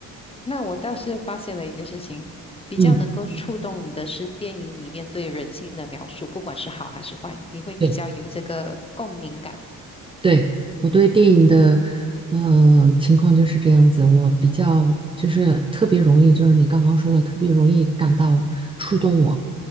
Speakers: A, on the left; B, on the right.
A: 那我倒是发现了一件事情，比较能够触动你的是电影里面对人性的描述，
B: 嗯，
A: 不管是好还是坏，你会比较有这个共鸣感。
B: 对。对，我对电影的，
A: 嗯，
B: 呃，情况就是这样子。我比较就是特别容易，就是你刚刚说的，特别容易感到触动我。